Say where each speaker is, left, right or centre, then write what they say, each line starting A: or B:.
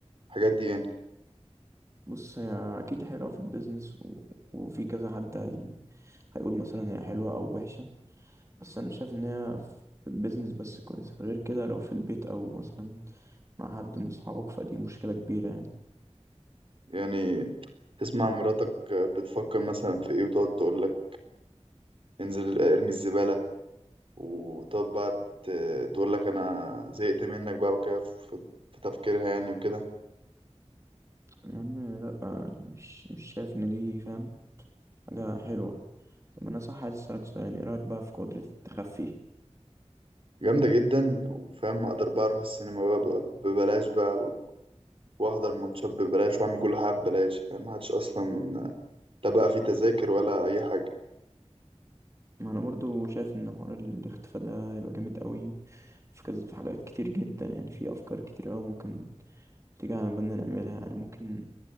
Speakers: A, on the right (about 55°); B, on the right (about 25°).
A: الحاجات دي يعني
B: بص هي أكيد حلوة في البيزنس و... وفي كذا حد هي... هيقول مثلا هي حلوة أو وحشة بس أنا شايف إن هي في البيزنس بس كويسة غير كده لو في البيت أو مثلا مع حد من صحابك فدي مشكلة كبيرة يعني
A: يعني تسمع مراتك بتفكر مثلا في ايه وتقعد تقولك انزل ارمي الزبالة وتقعد بقى ت- تقول لك انا زهقت منك بقى وكده في في تفكيرها يعني وكده
B: يا عم لأ أنا مش مش شايف إن دي فاهم حاجة حلوة طب أنا صح عايز أسألك سؤال إيه رأيك بقى في قدرة التخفي؟
A: جامدة جدا وفاهم اقدر بقى اروح السينما بقى بقى ببلاش بقى واحضر ماتشات ببلاش واعمل كل حاجة ببلاش فاهم محدش اصلا لا بقى في تذاكر ولا اي حاجة
B: ما أنا برضو شايف إن حوار الاختفاء ده يبقى جامد قوي في كذا في حاجات كتير جدا يعني في أفكار كتير أوي ممكن تيجي على بالنا نعملها يعني ممكن